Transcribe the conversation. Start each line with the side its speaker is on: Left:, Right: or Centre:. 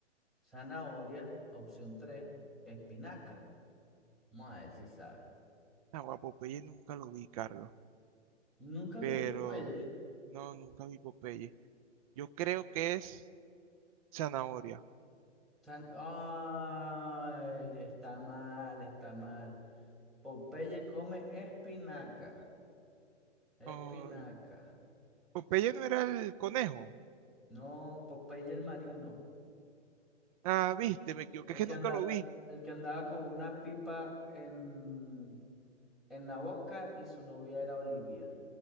Centre: zanahoria. Opción 3, espinaca. Vamos a ver si sabes.
Right: Agua Popeye nunca lo vi, Carlos.
Centre: ¿Nunca
Right: Pero.
Centre: viste Popeye?
Right: No, nunca vi Popeye. Yo creo que es zanahoria.
Centre: San- Ay, está mal, está mal. Popeye come espinaca,
Right: Oh,
Centre: espinaca.
Right: Popeye no era el conejo.
Centre: No, Popeye el marino,
Right: Ah, viste, me equivoqué,
Centre: el
Right: es que
Centre: que
Right: nunca
Centre: anda,
Right: lo vi.
Centre: el que andaba con una pipa en, en la boca y su novia era Olivia.